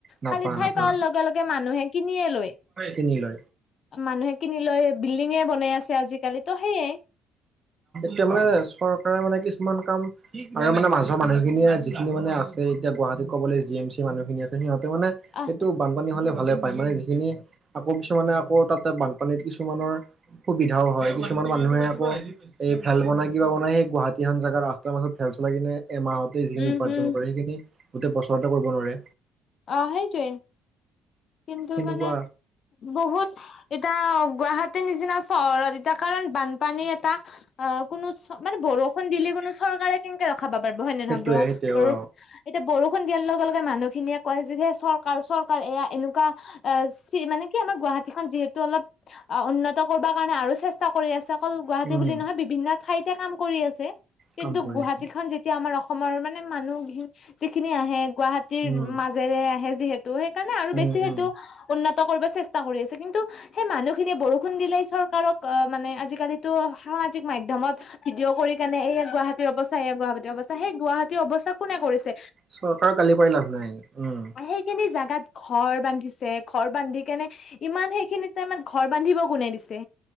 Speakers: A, on the right; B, on the left.
A: নাপা
B: খালি ঠাই
A: নাপা
B: পাৱাৰ লগে লগে মানুহে কিনিয়ে লৈ
A: কিনি লয়
B: মানুহে কিনি লৈ বিল্ডিঙে বনাই আছে আজিকালি তো সেইয়াই
A: সে মানে চৰকাৰে মানে কিছুমান কাম মানে মাজৰ মানুহখিনিয়ে যিখিনি মানে আছে এতিয়া গুৱাহাটিত ক'বলৈ যি এম চি মানুখিনি আছে সিহঁতে মানে
B: আহ
A: সেইটো বানী হ'লে ভাল মানে যিখিনি আকৌ কিছুমানে আকৌ তাতে বানপানীত কিছুমানৰ সুবিধাও হয় কিছুমানান মানুহে আকৌ এই ফেল বনাই কিবা বনাই এই গুৱাহাটী এন জাগা ৰাস্তাৰ মাজত ফেল চলাই কিনে। এমাহতে যিখিনি
B: উম
A: উপাৰ্জন
B: উম
A: কৰে সেইখিনি গোটেই বছৰতে কৰিব নোৱাৰে
B: অ সেইটোৱে কিন্তু
A: সেনেকুৱা
B: মানে বহুত এতিয়া গুৱাহাটীৰ নিচিনা চহৰত এতিয়া কাৰণ বানপানী এটা অ কোনো মানে বৰষুণ দিলে কোনো চৰকাৰে কেনেকে ৰখাব পাৰিব হয় নে
A: সেইটোয়ে
B: নহয় ব
A: সেইটোয়ে
B: বৰষুণ
A: অ
B: এতিয়া বৰষুণ দিয়া লগে লগে মানুহখিনিয়ে কয় যে যে চৰকাৰ চৰকাৰ এয়া এনেকুৱা মানে কি আমাৰ গুৱাহাটীখন যিহেতু অলপ অ উন্নত কৰিব কাৰণে আৰু চেষ্টা কৰি আছে। অকল গুৱাহাটী
A: উম
B: বুলি নহয় বিভিন্ন ঠাইতে কাম কৰি আছে কিন্তু
A: কাম কৰি
B: গুৱাহাটীখন
A: আছে
B: যেতিয়া আমাৰ অসমৰ মানে মানুহ যিখিনি আহে গুৱাহাটীৰ
A: উম
B: মাজেৰে আহে যিহেতু ত সেইকাৰণে আৰু
A: উম
B: বেছি সেইটো
A: উম
B: উন্নত চেষ্টা কৰি আছে কিন্তু সেই মানুহখিনিয়ে বৰষুণ দিলে চৰকাৰক মানে আজিকালীটো সামাজিক মাধ্যমত ভিডিঅ' কৰি কেনে এইয়া গুৱাহাটীৰ অৱস্থা এইয়া গুৱাহাটীৰ অৱস্থা সেই গুৱাহাটী অৱস্থা কোনে কৰিছে
A: চৰকাৰৰ গালি পাৰি লাভ নাই। উম
B: আহ সেই কিনে। জাগাত ঘৰ বান্ধিছে ঘৰ বান্ধি কেনে ইমান সেইখিনি টাইমত ঘৰ বান্ধিব কোনে দিছে